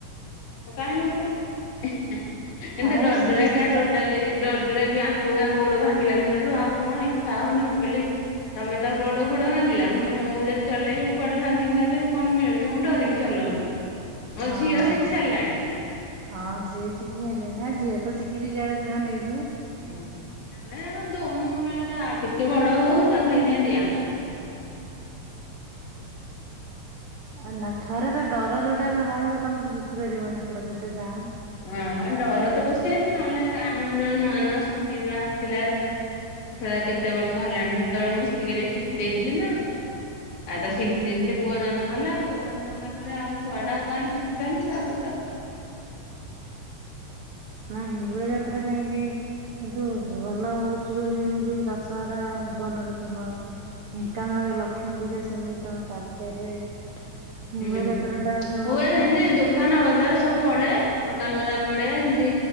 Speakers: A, on the left; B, on the right.
A: କାହିଁ ଆଉ କଉଠି ଶିଖି <inaudible> ଏମିତିଆ
B: ଆଉ
A: ଡରଡ଼ରିଆକି
B: ଶିଖିଛି
A: ଆଉ ଟୋଟାଲି
B: ତ
A: ଡରଡରିଆକି ଆଉ ହଉ ଆ ଗୋଡ ଭାଙ୍ଗିଲା ଦିନଠୁ ଆଉ କଣ ଇଚ୍ଛା ହଉନି ମୁଁ କହିଲି ତମେ ତ ଗୋଡ଼ ଫୋଡ ଭାଙ୍ଗିଲା ପୁଣି ମୁଁ ଯଦି ଚଲେଇବି କୁଆଡେ ଭାଙ୍ଗି ଭୁଙ୍ଗା ଯିବି କଣ ମିଳୁଛି ମୁଁ ଡରିକି ଚଲଉନି।
B: ହଁ
A: ମୋ ଝିଅ ଶିଖି ସାରିଲାଣି।
B: ହଁ ସେ
A: ହୁଁ
B: ଶିଖିପାରିବେନା ଝିଅ ତ ଶିଖିଛି ଯୁଆଡେ ଜିଵ ନେଇକି
A: ହୁଁ ଆମେ କଣ ଦଉନୁ ମୁ କହିଲି ଟିକେ ବଡ ହଉ ତାକୁ ହେଇଥିପାଇଁ ଦିଆହୋଉନି।
B: ଆଉ। ନା ଥରେ ବା ଡର ଯୋଉଟାରେ ରହିବ ତମେ ତ ଶିଖି ପାରିବନି ସେଟା ଯେତେ ଚାହଁ।
A: ହ ଡର ତ ପଶିଯାଇଛି ନହେଲେ ଆମର ଜଉ ନୂଆ ନୂଆ ସ୍କୁଟି ଯେତେବେଳେ ଆସିଥିଲା ଏ କେତେ ବର୍ଷ ହେଲାଣି ହେତେବେଳେ ମୁଁ ଟିକେ ଟିକେ ଶିଖି ଦେଇଥିଲି ନା। ଆଉ ତ
B: ହୁଁ।
A: ଶିଖି ଦେଇଥିଲି ପୁଅ ଜନ୍ମ ହେଲା ପୁଅ ଜନ୍ମ ହେଲା ପରେ ଆଉ ଛୁଆଡା କାଁଇ ଶିଖି ପାରିଲି ତା ପରେତ
B: ନା ହିଙ୍ଗୁଳା ଯାତ୍ରା ସେମିତି କିନ୍ତୁ ଭଲ ହଉଛି ବୋଲି ଯେମିତି ଦଶ ସହରା ଭୁବନରେ ଫେମସ ଢେଙ୍କାନାଳର ଲକ୍ଷ୍ମୀ ପୂଜା ସେମିତି ତମ ତାଲଚେରରେ ହିଙ୍ଗୁଳା
A: ହୁଁ
B: ଯାତ୍ରା ଟା ଫେମସ
A: ହୁଏ ହେନ୍ତି।
B: ନା।
A: ଦୋକାନ ବଜାର ସବୁ ପଡେ ଦୋକାନ ବଜାର ପଡେ ଯେମିତି